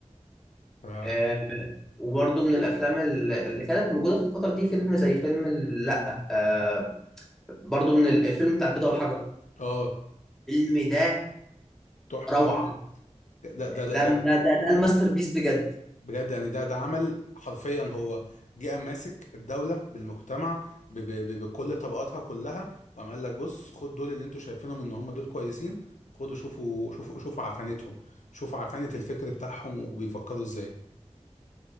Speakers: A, on the left; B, in the centre.
A: ف...
B: آه وبرده من الافلام ال- اللي كانت موجوده في الفتره دي فيلم زي فيلم ال- لا آه برده من ال- الفيلم بتاع البيضه والحجر
A: اه
B: الفيلم ده
A: تحفه
B: روعه
A: بجد ده ده ده
B: ده
A: ده
B: ده ده, ده الماستر بيس بجد
A: بجد يعني ده ده عمل حرفيا هو جه قام ماسك الدولة بالمجتمع ب ب ب بكل طبقاتها كلها وقام قال لك بص خد دول اللي انتوا شايفينهم ان هم دول كويسين خدوا شوفوا شوفوا شوفوا عفانتهم شوفوا عفانة الفكر بتاعهم وبيفكروا ازاي